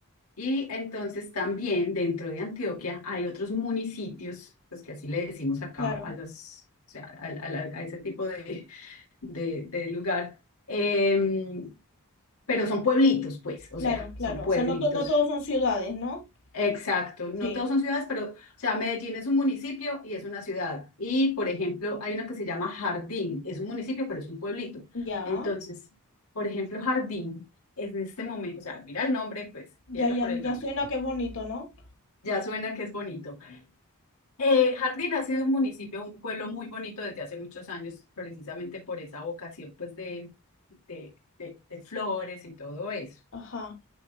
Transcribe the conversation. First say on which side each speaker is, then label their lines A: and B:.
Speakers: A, on the left (about 75°); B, on the left (about 60°).
A: Y entonces también dentro de Antioquia hay otros municipios, pues que así le decimos acá
B: claro,
A: a los, o sea, a, a- a- a ese tipo de, de, de lugar, em, pero son pueblitos, pues, o
B: claro,
A: sea,
B: claro.
A: son pueblitos
B: O sea, no, to- no todos son ciudades, ¿no?
A: Exacto, no
B: Sí,
A: todos son ciudades, pero, o sea, Medellín es un municipio y es una ciudad. Y, por ejemplo, hay una que se llama Jardín, es un municipio, pero es un pueblito.
B: ya,
A: Entonces, por ejemplo, Jardín es en este momento, o sea, mira el nombre, pues empieza
B: ya, ya,
A: por el
B: ya
A: nombre.
B: suena que es bonito, ¿no?
A: Ya suena que es bonito. Eh, Jardín ha sido un municipio, un pueblo muy bonito desde hace muchos años, precisamente por esa vocación, pues, de, de, de de flores y todo eso.
B: Ajá,